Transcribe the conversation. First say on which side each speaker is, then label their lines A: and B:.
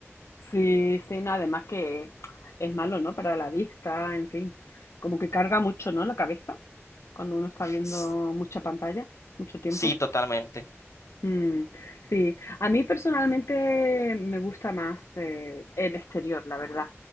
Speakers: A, on the left; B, on the left.
A: Sí, sí, nada. Además que es malo, ¿no? Para la vista, en fin. Como que carga mucho, ¿no? La cabeza. cuando uno está viendo
B: S-
A: mucha pantalla, mucho tiempo.
B: Sí, totalmente.
A: Mm, sí, a mí personalmente me gusta más eh, el exterior, la verdad.